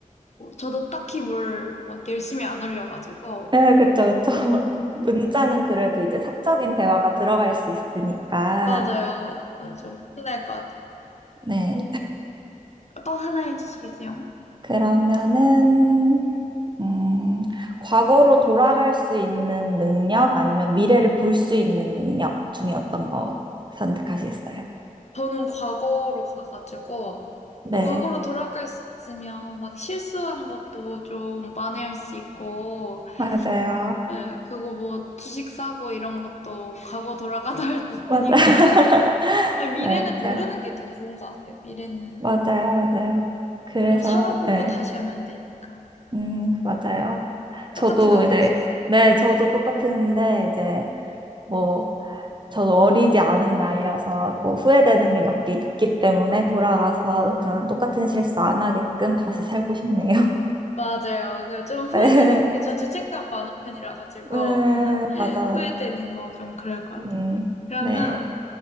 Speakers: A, on the left; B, on the right.
A: 뭐 저도 딱히 뭘 막 열심히 안 올려가지고.
B: 네, 그쵸, 그쵸.
A: 음.
B: <laughs> 문자는 그래도 이제 사적인 대화가 들어갈 수 있으니까.
A: 맞아요. 어, 좀 큰일 것 같아요.
B: 네.
A: 또 하나 해주시겠어요?
B: 그러면은, 음, 과거로 돌아갈 수 있는 능력 아니면 미래를 볼 수 있는 능력 중에 어떤 거 선택하시겠어요?
A: 저는 과거로 가가지고
B: 네.
A: 그 과거로 돌아갈 수 있으면 막 실수한 것도 좀 만회할 수 있고
B: 맞아요.
A: 에, 그거 뭐 주식 사고 이런 것도 과거 돌아가도 할 수 있으니까
B: 맞아요. <laughs>
A: 근데 미래는
B: 네, 맞아요.
A: 모르는 게 더 좋은 것 같아요. 미래는
B: 맞아요, 맞아요. 그래서,
A: 좀 살아보고
B: 네.
A: 다시 하면 되니까
B: 음, 그 맞아요. 저도
A: 똑같은 거 고르셨어요?
B: 이제, 네,
A: 네.
B: 저도 똑같은데, 이제, 뭐, 저도 어리지 않은 나이라서 뭐 후회되는 게 몇 개 있기 때문에 돌아가서 그런 똑같은 실수 안 하게끔 다시 살고 싶네요.
A: 맞아요. 그좀 후회되는
B: <laughs> 네,
A: 게 전 죄책감 많은 편이라 가지고
B: 음,
A: <laughs>
B: 맞아, 맞아.
A: 후회되는 거 좀 그럴 것 같아요.
B: 음,
A: 그러면
B: 네.